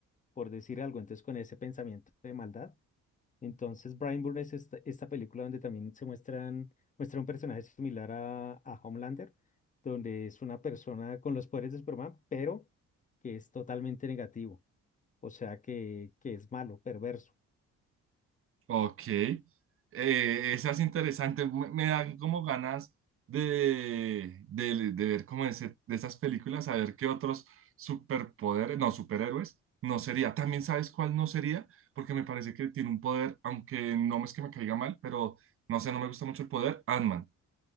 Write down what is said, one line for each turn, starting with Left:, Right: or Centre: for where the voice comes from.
Left: por decir algo. Entonces, con ese pensamiento de maldad. Entonces, Brian Bourne es esta, esta película donde también se muestran, muestra un personaje similar a, a Homelander, donde es una persona con los poderes de Superman, pero que es totalmente negativo. O sea que, que es malo, perverso.
Right: Ok, eh, esa es interesante, me, me dan como ganas de, de, de ver como ese- de esas películas, a ver qué otros superpoderes, no, superhéroes, no sería. También sabes cuál no sería, porque me parece que tiene un poder, aunque no es que me caiga mal, pero no sé, no me gusta mucho el poder, Ant-Man.